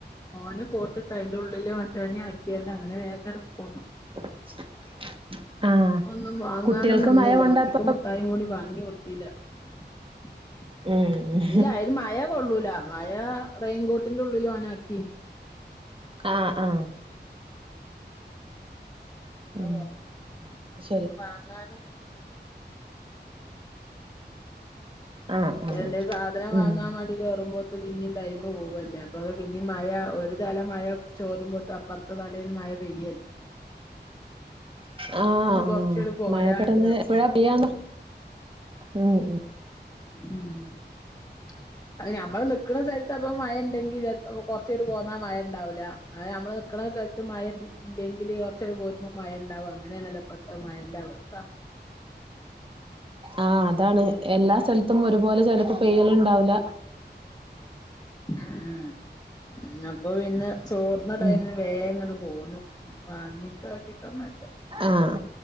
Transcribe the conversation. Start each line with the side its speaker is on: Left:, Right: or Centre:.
Left: ഓന് കോട്ടിട്ട് അയിന്റെ ഉള്ളില് മറ്റോനിം ആക്കിയാണ്ട് അങ്ങനെ വേഗങ്ങട്ട് പോന്നു.
Right: <inaudible> ആഹ്
Left: ഒന്നും വാങ്ങാനും
Right: കുട്ടികൾക്ക്
Left: നിന്നില്ല.
Right: മഴ കൊണ്ടാപ്പ
Left: കുട്ടിക്ക് മുഠായും കൂടി വാങ്ങി കൊടുത്തീല്ല. <inaudible>
Right: ഉം
Left: ഇല്ല യിന്നു മാ <unintelligible> ള്ളൂല മഴാ റെയിൻകോട്ടിന്റെ ഉള്ളില് ഓന ആക്കി.
Right: ആ. ആ.
Left: അങ്ങനെ
Right: ഉം
Left: പോന്ന്. അപ്പപ്പിന്നെ
Right: ശരി
Left: എത്തും മാങ്ങാന്
Right: ആഹ്
Left: <unintelligible>
Right: ആഹ്
Left: എന്തൽ സാധനം വാങ്ങാൻ
Right: ഉം
Left: <unintelligible> <unintelligible> കേറുമ്പോത്ത് പിന്നിം ടൈമ് പോവല്ലേ അപ്പ അത് പിന്നിം മഴ ഒരു തല മഴ ചോരുമ്പോത്ത് അപ്പറ <unintelligible> വലേലു മഴ പെയ്യല്ലേ
Right: ആഹ് ആ.
Left: അപ്പൊന്ന് കൊറച്ചട് പോരാണ്ട്
Right: മഴ പെട്ടന്ന്
Left: അപ്പം
Right: എപ്പഴാ പെയ്യാന്ന്. ഉം. ഉം.
Left: <unintelligible> അ ഞമ്മള് നിക്ക്ണ സ്ഥലത്ത് അപ്പ മഴ ണ്ടെങ്കി ചെലപ്പം കൊറച്ചയിഞ്ഞിട്ട് പോന്നാ മഴ ണ്ടാഉല്ല. അത നമ്മള് ന്ക്ക്ണ സ്ഥലത്ത് മഴ ഇല്ലെ ഇല്ലെങ്കില് ഒറച്ചണ്ട് പോരുമ്പം മഴണ്ടാവും അങ്ങനെയണല്ലോ <unintelligible> പ്പത്തെ മഴന്റെ അവസ്ഥ
Right: ആ. അതാണ് എല്ലാ സ്ഥലത്തും ഒരുപോലെ ചെലപ്പോ പെയ്യല് ണ്ടാഉല.
Left: ഉം. അപ്പൊ പിന്നെ ചോർന്ന ടൈമിൽ
Right: ഉം
Left: വേഗങ്ങട്ട് പോന്നു വാങ്ങിട്ട് ആക്കിട്ടൊന്നുല്ല.
Right: ആഹ.